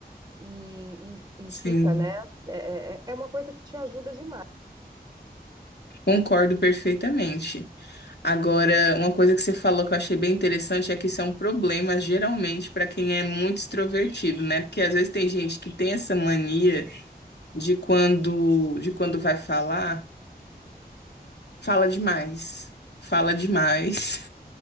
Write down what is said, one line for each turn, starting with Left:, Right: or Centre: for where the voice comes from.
Right: e, e,
Left: sim.
Right: e fica, né? É, é é é uma coisa que te ajuda demais.
Left: Concordo perfeitamente. Agora, uma coisa que você falou que eu achei bem interessante é que isso é um problema, geralmente, para quem é muito extrovertido, né? Porque às vezes tem gente que tem essa mania de quando, de quando vai falar, fala demais, fala demais,